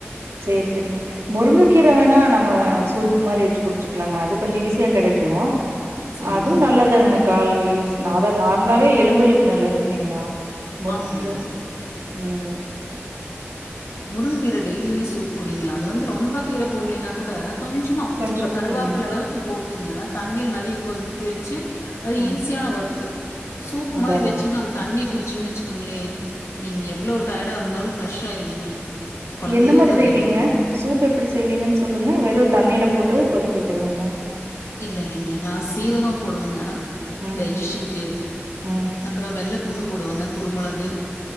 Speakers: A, on the right; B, on the left.
A: செரி சேரிங்க முருங்கக்கீர வேணா நம்ம சூப்பு மாரி வெச்சு குடிச்சக்கலாங்க அது கொஞ்சோ ஈஸியா கெடைக்கு கோ
B: சரிங்க.
A: அதுவும் நல்லதுதானுங்க கால்வலி சு நாதான் நார்மலாவே எலும்புகளுக்கு நல்லது இல்லைங்குளா முருங்கக்கீரல
B: ஆமாங்க.
A: உம்
B: முருங்க கீர டெய்லியுமே சூப்பு குடிங்க அது வந்து ரொம்ப கீர போட்லைனா கூட கொஞ்சமா
A: கொஞ்சோ
B: ஒரு கருவாப்பில
A: ம்
B: அளவுக்கு போட்டுங்க தண்ணீல நறைய கொதிக்க வெச்சு அது
A: ம்
B: ஈஸியான ஒர்க்கு சூப்
A: அதா
B: மாரி
A: அதாங்க
B: வெச்சுங்க அந்த தண்ணிய குடு ச்சினு வெச்சுக்கோங்களே நீங்க எவ்வளவு டயர்டா இருந்தாலு ஃபிரஷ் ஆயிருவீங்க கொழந்தைகளுக்கு
A: என்ன மாரி
B: அதே
A: செய்வீங்க
B: மாரிதா
A: சூப் எப்புடி செய்வீங்கனு சொல்லுங்க வெறோ தண்ணீல போட்டு கொதிக்க வைக்கறதுங்களா
B: இல்ல இல்லங்க நா சீரகோ போடுவங்க
A: ம்
B: டைஜிசனுக்கு
A: ம்
B: அப்பறோ வெள்ள பூண்டு போடுவாங்க குருமெளகு